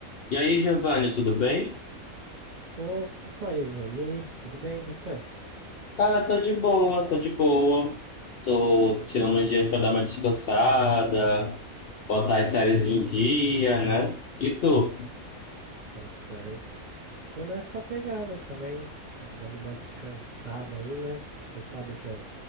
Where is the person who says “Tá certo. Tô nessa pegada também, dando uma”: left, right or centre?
Right